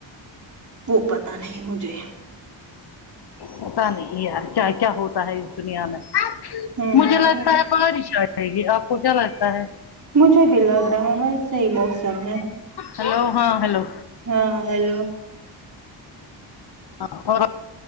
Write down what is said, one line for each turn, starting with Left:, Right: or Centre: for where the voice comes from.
Right: وہ پتا نہیں مجھے
Left: پتا نہیں یار کیا کیا ہوتا ہے دنیا میں
Right: ہوں
Left: مجھے لگتا ہے بارش آ جائے گی آپ کو کیا لگتا ہے
Right: مجھے بھی لگ رہا ہے ویس ہی موسم ہے
Left: ہیلو ہاں ہیلو
Right: ہاں ہیلو
Left: ہاں اور